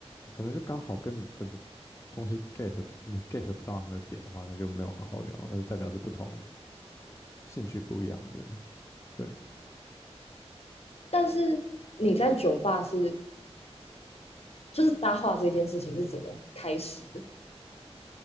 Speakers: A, on the left (about 25°); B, on the left (about 65°).
A: 可能就刚好跟你的的东西 get 你 get 不到他们的点的话，那就没有很好聊，那就代表是不同兴趣不一样的人，对，
B: 但是你在酒吧是，就是搭话这件事情是怎么开始？